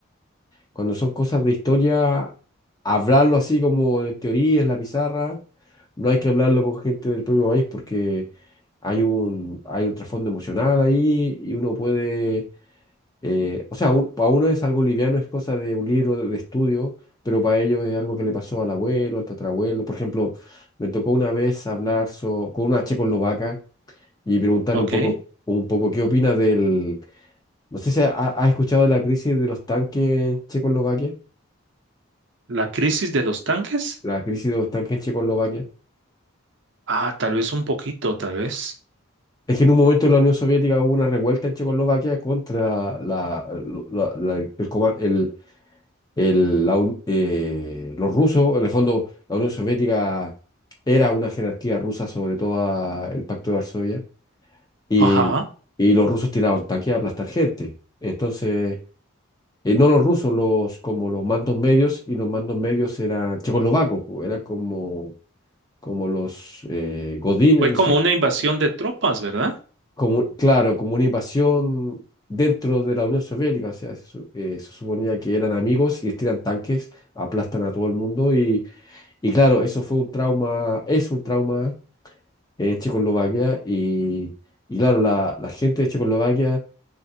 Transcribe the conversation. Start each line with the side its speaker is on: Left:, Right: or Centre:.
Left: Cuando son cosas de historia, hablarlo así como en teoría, en la pizarra, no hay que hablarlo con gente del propio país porque hay un, hay un trasfondo emocional ahí y uno puede, eh, o sea, un- para uno es algo liviano, es cosa de un libro de, de estudio, pero para ellos es algo que le pasó al abuelo, al tatarabuelo. Por ejemplo, me tocó una vez hablar so- con una checoslovaca y preguntarle
Right: Ok.
Left: un poco, un poco qué opina del, no sé si ha, ha escuchado de la crisis de los tanques en Checoslovaquia.
Right: La crisis de los tanques.
Left: la crisis de estanque en Checoslovaquia.
Right: Ah, tal vez un poquito, tal vez.
Left: Es que en un momento en la Unión Soviética hubo una revuelta en Checoslovaquia contra la, la- la- el, coma- el- el- la un- eh, los rusos. En el fondo, la Unión Soviética era una jerarquía rusa sobre todo el Pacto de Varsovia. Y,
Right: Ajá.
Left: y los rusos tiraron tanques a aplastar gente. Entonces, eh, no los rusos, los, como los mandos medios, y los mandos medios eran checoslovacos, po, eran como, como los eh, godines,
Right: Fue como
Left: no sé
Right: una invasión de tropas, ¿verdad?
Left: como, claro, como una invasión dentro de la Unión Soviética. O sea, se, su- eh, se suponía que eran amigos y les tiran tanques, aplastan a todo el mundo. Y, y claro, eso fue un trauma, es un trauma en Checoslovaquia. Y, y claro, la, la gente de Checoslovaquia